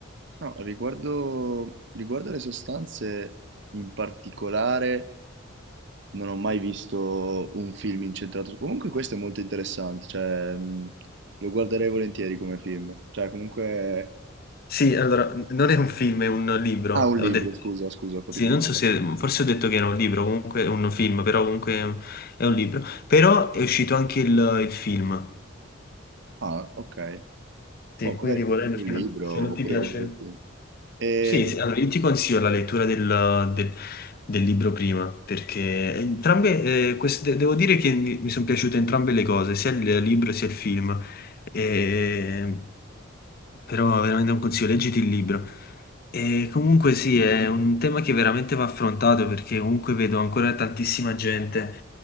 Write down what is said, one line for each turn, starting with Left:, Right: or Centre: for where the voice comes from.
Right: No, riguardo riguardo alle sostanze, in particolare, non ho mai visto un film incentrato su comunque questo è molto interessante, cioè, mhmm, lo guarderei volentieri come film. Cioè comunque
Left: Sì,
Right: ehm
Left: allora, non è un film, è un libro.
Right: ah, un
Left: Ho
Right: libro
Left: detto,
Right: scusa, scusa, ho capito
Left: sì, non
Right: male.
Left: so se, forse ho detto che era un libro, comunque è un film, però comunque è un è un libro. Però è uscito anche il, il film.
Right: Ah, okay.
Left: Sì,
Right: Boh,
Left: quindi
Right: magari
Left: volendo,
Right: mi compro
Left: se
Right: il libro
Left: non se non
Right: oppure
Left: ti piace...
Right: guardo il film. Ehm
Left: Sì, sì, allora io ti consiglio la lettura del, del- del libro prima, perché entrambe, eh, queste- devo dire che mi, mi sono piaciute entrambe le cose, sia il libro sia il film. E- però veramente un consiglio, leggiti il libro. E comunque sì, è un tema che veramente va affrontato perché comunque vedo ancora tantissima gente